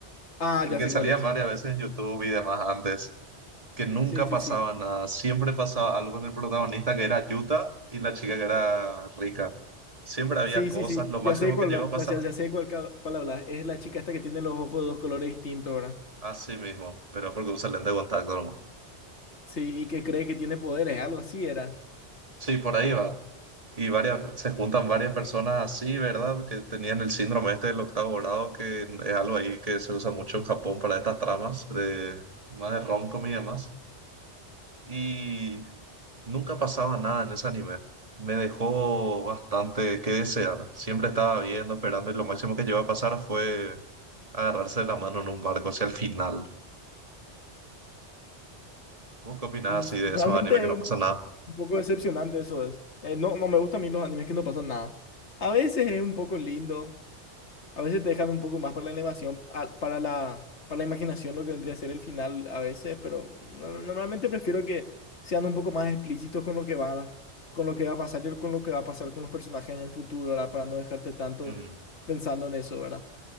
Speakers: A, on the left; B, on the right.
A: Ah,
B: el
A: ya
B: que
A: sé
B: salía
A: cuál es.
B: varias veces en YouTube y demás antes, que nunca
A: Sí, sí,
B: pasaba
A: sí.
B: nada. Siempre pasaba algo con el protagonista que era Yuta y la chica que era rica. Siempre había
A: Sí,
B: cosas,
A: sí, sí.
B: lo
A: Ya
B: máximo
A: sé cuál,
B: que llegó
A: habla-
B: a pasar,
A: ya, ya sé cuál, ca- cuál hablas. Es la chica esta que tiene los ojos de dos colores distintos, ¿verdad?
B: así mismo, pero porque un excelente contacto, ¿no?
A: Sí, y que cree que tiene poderes, algo así era.
B: Sí, por ahí va. Y varias, se juntan varias personas así, ¿verdad? Que tenían el síndrome este del octavo grado, que es algo ahí que se usa mucho en Japón para estas tramas de más de rom y demás. Y nunca pasaba nada en ese anime. Me dejó bastante que desear. Siempre estaba viendo, esperando, y lo máximo que llegó a pasar fue agarrarse la mano en un barco hacia el final. ¿Vos qué opinás
A: Y es-
B: así de
A: realmente
B: esos animes que no
A: es un
B: pasa nada?
A: un poco decepcionante eso es. Eh, no, no me gustan a mí los animes que no pasan nada. A veces es un poco lindo, a veces te dejan un poco más para la animación, a- para la, para la imaginación lo que vendría a ser el final a veces, pero no- normalmente prefiero que sean un poco más explícitos con lo que va, con lo que va a pasar y con lo que va a pasar con los personajes en el futuro, ¿verdad? Para no dejarte tanto
B: Mm.
A: pensando en eso, ¿verdad?